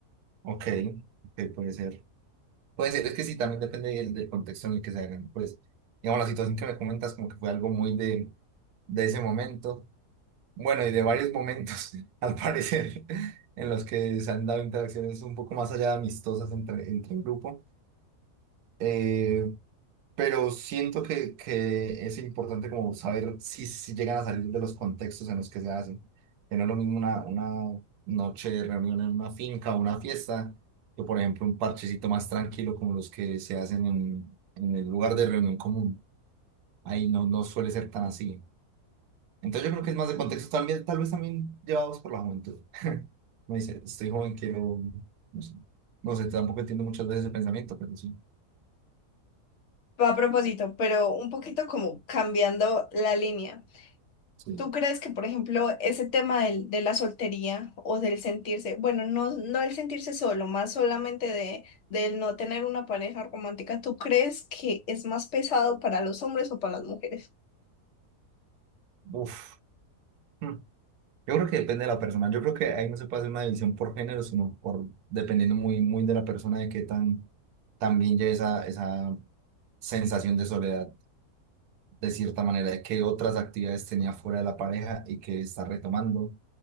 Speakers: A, on the right; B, on the left.
A: Ok, ok, puede ser. Puede ser, es que sí, también depende del, del contexto en el que se hagan. Pues, digamos, la situación que me comentas como que fue algo muy de, de ese momento Bueno, y de varios momentos, <laughs> al parecer, en los que se han dado interacciones un poco más allá de amistosas entre, entre el grupo. Eh, pero siento que, que es importante como saber si, si llegan a salir de los contextos en los que se hacen. Que no es lo mismo una, una noche de reunión en una finca o una fiesta que, por ejemplo, un parchecito más tranquilo como los que se hacen en, en el lugar de reunión común. Ahí no, no suele ser tan así. Entonces yo creo que es más de contexto también, tal vez también llevados por la juventud. Me dice, estoy joven, quiero, no sé, no sé, tampoco entiendo muchas veces ese pensamiento, pero sí,
B: Va a propósito, pero un poquito como cambiando la línea.
A: sí,
B: ¿Tú crees que, por ejemplo, ese tema del- de la soltería o del sentirse, bueno, no, no el sentirse solo, más solamente de, del no tener una pareja romántica, ¿tú crees que es más pesado para los hombres o para las mujeres?
A: uf. Hmm. Yo creo que depende de la persona, yo creo que ahí no se puede hacer una división por género, sino por, dependiendo muy, muy de la persona, de qué tan, también ya esa, esa sensación de soledad, de cierta manera, de qué otras actividades tenía fuera de la pareja y que está retomando